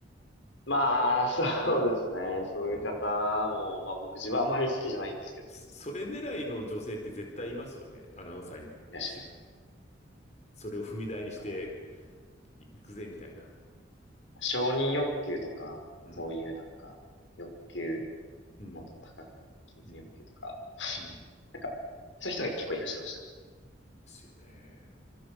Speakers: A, on the left; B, on the left.
A: まあ、そうですね。そういう方も、
B: うん。
A: まあ僕自分はあまり好きじゃないんですけど、
B: そそれ狙いの女性って絶対いますよね。アナウンサーにし、
A: いらっしゃいます。
B: それを踏み台にして
A: なんか、
B: いくぜ、みたいな。
A: 承認欲求とか、
B: うん。
A: そういうなんか、欲求、
B: うん。
A: もっと高くないと、金銭欲求とか、
B: うん。うん。で
A: なんか、そういう人が結構いらっしゃいましたね。
B: すよね。